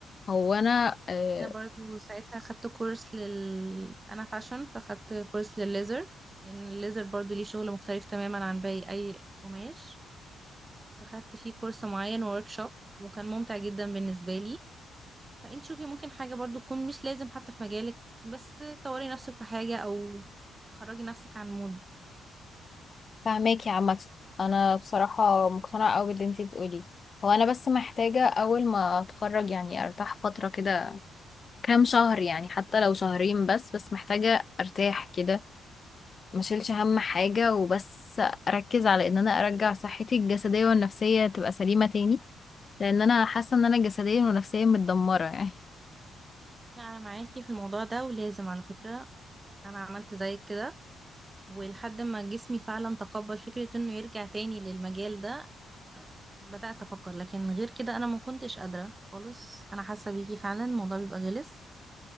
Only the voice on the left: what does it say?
هو انا آه،
فاهماكي عامة انا بصراحة مقتنعة اوي باللي انتي بتقوليه هو انا بس محتاجة اول ما اتخرج يعني ارتاح فترة كده كام شهر يعني حتى لو شهرين بس بس محتاجة ارتاح كده ما شيلش هم حاجة وبس اركز على ان انا ارجع صحتي الجسدية والنفسية تبقى سليمة تاني لان انا حاسة ان انا جسديا ونفسيا متدمرة يعني <laughs>